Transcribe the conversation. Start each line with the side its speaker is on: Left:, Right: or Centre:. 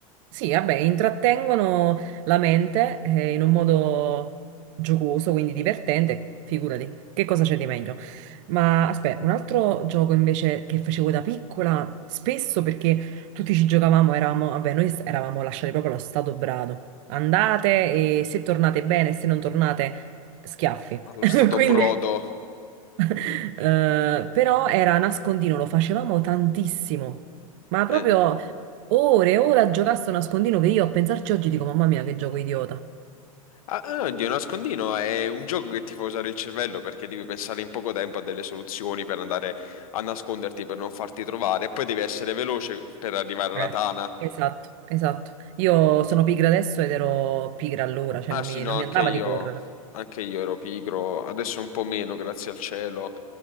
Right: Sì, vabbè, intrattengono la mente eh, in un modo giocoso, quindi divertente, figurati, che cosa c'è di meglio? Ma aspetta, un altro gioco invece che facevo da piccola, spesso perché tutti ci giocavamo, eravamo, vabbè, noi s- eravamo lasciati proprio allo stato brado. Andate e se tornate bene, se non tornate, schiaffi.
Left: allo
Right: <laughs>
Left: stato
Right: Quindi,
Left: brodo.
Right: <laughs> eh, però era nascondino, lo facevamo tantissimo, ma proprio.
Left: Eh.
Right: Ore e ore a giocasse a nascondino che io a pensarci oggi dico, mamma mia, che gioco idiota.
Left: Ah, ah, oddio, nascondino è un gioco che ti fa usare il cervello perché devi pensare in poco tempo a delle soluzioni per andare a nasconderti, per non farti trovare, e poi devi essere veloce per arrivare alla
Right: Eh,
Left: tana.
Right: esatto, esatto. Io sono pigra adesso ed ero pigra allora, cioè
Left: Ah
Right: non
Left: sì,
Right: mi,
Left: no,
Right: non
Left: anche
Right: mi andava
Left: io,
Right: di correre.
Left: anche io ero pigro, adesso un po' meno, grazie al cielo,